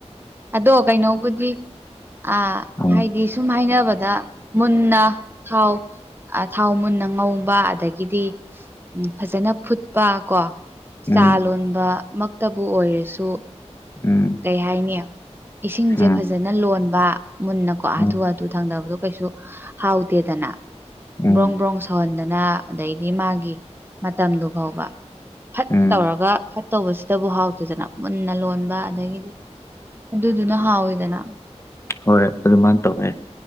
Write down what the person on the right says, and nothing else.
ꯑꯗꯣ ꯀꯩꯅꯣꯕꯨꯗꯤ ꯑ
ꯍꯥꯏꯗꯤ ꯁꯨꯝ ꯍꯥꯏꯅꯕꯗ ꯃꯨꯟꯅ ꯊꯥꯎ ꯑ ꯊꯥꯎ ꯃꯨꯟꯅ ꯉꯧꯕ ꯑꯗꯒꯤꯗꯤ ꯎꯝ ꯐꯖꯅ ꯐꯨꯠꯄ ꯀꯣ
ꯆꯥ ꯂꯣꯟꯕ ꯃꯛꯇꯕꯨ ꯑꯣꯏꯔꯁꯨ
ꯀꯩ ꯍꯥꯏꯅꯤ ꯏꯁꯤꯡꯁꯦ
ꯐꯖꯅ ꯂꯣꯟꯕ ꯃꯨꯟꯅꯀꯣ ꯍꯥꯊꯨ
ꯍꯥꯊꯨ ꯊꯥꯡꯗꯕꯗꯣ ꯀꯩꯁꯨ ꯍꯥꯎꯇꯦꯗꯅ
ꯕ꯭ꯔꯣꯡ ꯕ꯭ꯔꯣꯡ ꯁꯧꯍꯟꯗꯅ ꯅ ꯑꯗꯩꯗꯤ ꯃꯥꯒꯤ ꯃꯇꯝꯗꯣ ꯐꯥꯎꯕ ꯐꯠ
ꯇꯧꯔꯒ ꯐꯠ ꯇꯧꯕꯁꯤꯗꯕꯨ ꯍꯥꯎꯇꯦꯗꯅ ꯃꯨꯟꯅ ꯂꯣꯟꯕ ꯑꯗꯒꯤꯗꯤ ꯑꯗꯨꯗꯨꯅ ꯍꯥꯎꯋꯦꯗꯅ